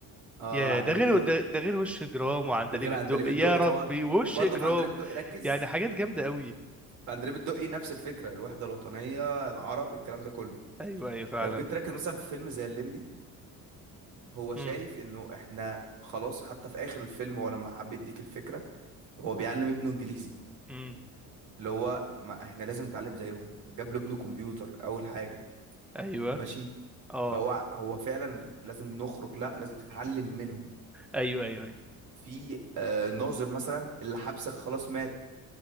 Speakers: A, on the right; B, in the centre.
A: اه
B: يا
A: عندليب
B: ده غير
A: الدقي
B: ده, ده غير وش جرام وعندليب
A: غير
B: الدق
A: عندليب
B: يا
A: الدقي
B: ربي
A: طبعا
B: وش
A: برضه
B: جرام
A: في عندليب الدقي ركز
B: يعني حاجات جامده قوي
A: فاندريه بتدقي نفس الفكره الوحده الوطنيه العرب الكلام ده كله
B: ايوه ايوه فعلا
A: لو جيت تركز مثلا في فيلم زي الليمبي هو
B: امم
A: شايف انه احنا خلاص حتى في اخر الفيلم هو لما حب يديك الفكره هو بيعلم ابنه انجليزي
B: امم
A: اللي هو ما احنا لازم نتعلم زيهم جاب له ابنه كمبيوتر اول حاجه
B: ايوه
A: ماشي
B: اه
A: فهو هو فعلا لازم نخرج لا لازم تتعلم منهم
B: ايوه ايوه ايوه
A: في آه ناظر مثلا اللي حبسك خلاص مات